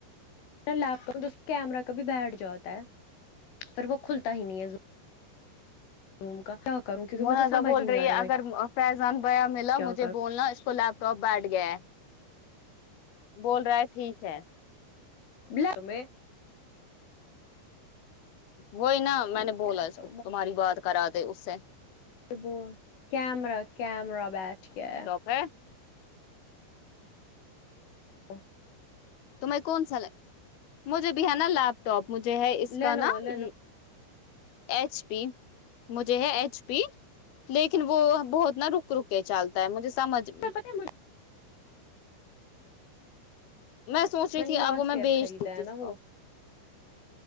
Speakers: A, on the left; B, on the left.
A: لیپ ٹاپ کیمرہ کبھی بیٹھ جاتا ہے پھر وہ کھلتا ہی نہیں ہے ان کا کیا کروں کیونکہ
B: منازا
A: مجھے سمجھ
B: بول
A: ہی نہیں
B: رہی
A: آ
B: ہے
A: رہا میں
B: اگر فیضان بھیا ملا
A: کیا
B: مجھے بولنا اس کو لپ ٹوپ بیٹھ گیا بول رہا ہے ٹھیک ہے
A: لا بے <unintelligible>
B: وہی نا
A: ٹھیک
B: میں نے بولا
A: ہے
B: اس
A: تو
B: کو تمہاری بات کرا دے اس سے
A: وہ کیمرہ کیمرہ بیٹھ کے
B: میں
A: <unintelligible>
B: تمہیں کون سا لگ مجھے بھی نا لاپ ٹاپ مجھے ہے اس
A: لینوو
B: کا نام
A: لینوو
B: ایچ پی مجھے ہے ایچ پی لیکن وہ بہت نا رک رک کے چلتا ہے مجھے سمجھ
A: تو پتہ مج
B: میں سوچ رہی
A: نے
B: تھی
A: لاسٹ
B: اب وہ میں
A: ایئر
B: بیج
A: خریدا
B: دو کس
A: ہے نا وہ
B: کہ